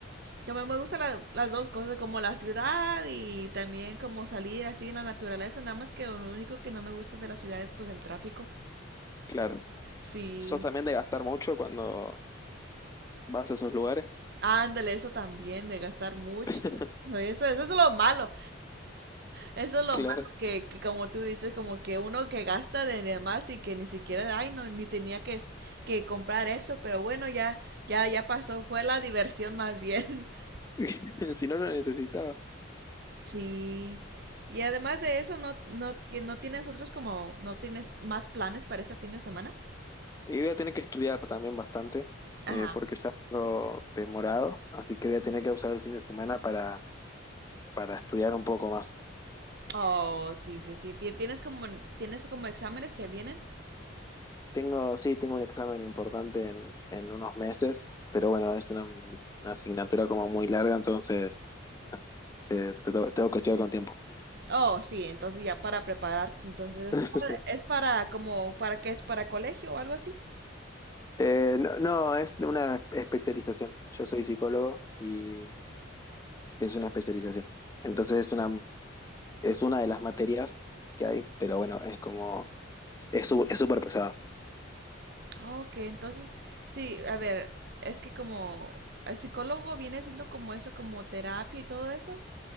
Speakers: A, on the right; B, on the left.
A: También me gustan la- las dos cosas, como la ciudad y también como salir así en la naturaleza. Nada más que lo único que no me gusta de la ciudad es pues el tráfico.
B: claro.
A: Sí.
B: ¿Sos también de gastar mucho cuando vas a esos lugares?
A: Ándale, eso también, de gastar mucho.
B: <laughs>
A: Eso, eso es lo malo. Eso es lo
B: Claro.
A: malo que, que como tú dices, como que uno que gasta de demás y que ni siquiera, ay, no, ni tenía que, s- que comprar esto, pero bueno, ya, ya, ya pasó, fue la diversión más bien. <laughs>
B: <laughs> Si no, lo necesitaba.
A: Sí. Y además de eso, ¿no, no, ti- no tienes otros como, no tienes más planes para este fin de semana?
B: Y voy a tener que estudiar también bastante,
A: Ajá.
B: eh, porque ya tengo demorado, así que voy a tener que usar el fin de semana para para estudiar un poco más.
A: Oh, sí, sí, ti- ti- tienes como, tienes como exámenes que vienen.
B: Tengo, sí, tengo un examen importante en, en unos meses, pero bueno, es una, una asignatura como muy larga, entonces no, se- te- tengo, tengo que estudiar con tiempo.
A: Oh, sí, entonces ya para prepararte, entonces es
B: <laughs>
A: para, es para como, ¿para qué es? ¿Para colegio o algo así?
B: Sí. Eh, no, no, es una especialización. Yo soy psicólogo y es una especialización. Entonces es una, es una de las materias que hay, pero bueno, es como, es su- es súper pesada.
A: Ah, Ok, entonces, sí, a ver, es que como el psicólogo viene siendo como eso, como terapia y todo eso.